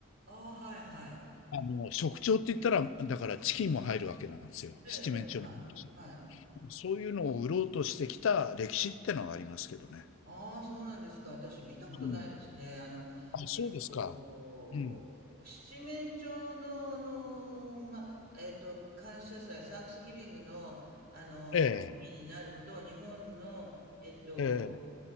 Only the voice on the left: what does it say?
あの、食調って言ったら、だからチキンも入るわけなんですよ。
七面鳥も入るし。
そういうのを売ろうとしてきた歴史ってのはありますけどね。
うん。
あ、そうですか。
うん。
ええ、
ええ、